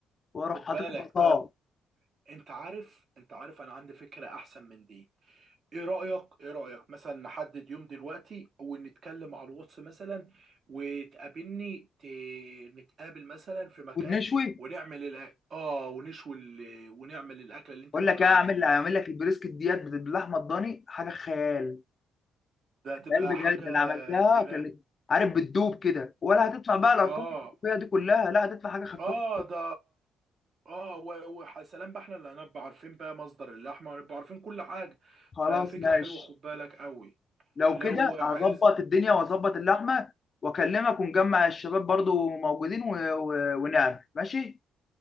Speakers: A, on the left (about 40°); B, on the right (about 50°).
A: واروح
B: خد
A: حاططهم
B: بالك
A: في الطاوله
B: طب انت عارف انت عارف انا عندي فكره احسن من دي ايه رايك ايه رايك مثلا نحدد يوم دلوقتي ونتكلم على الواتس مثلا وتقابلني ت... نتقابل مثلا في مكان
A: ونشوي
B: ونعمل الأ... اه ونشوي ال... ونعمل الاكله اللي انت
A: اقول
B: بتقول
A: لك ايه
B: عليها
A: اعمل
B: دي
A: اعمل لك البريسكت ديت بت- باللحمه الضاني حاجه خيال
B: ده هتبقى
A: خيال بجد
B: حاجه
A: انا عملتها
B: جنان
A: كان عارف بتدوب كده ولا هتدفع بقى الارقام
B: اه
A: الفيها دي كلها لا هتدفع حاجه خفيفه
B: اه ده اه و- وسلام بقى احنا اللي هنبقى عارفين بقى مصدر اللحمه ونبقى عارفين كل حاجه
A: خلاص
B: ففكره
A: ماشي
B: حلوه خد بالك قوي
A: لو
B: لو
A: كده
B: عايز
A: هظبط الدنيا واظبط اللحمه واكلمك ونجمع الشباب برضو موجودين و... و... ونعمل ماشي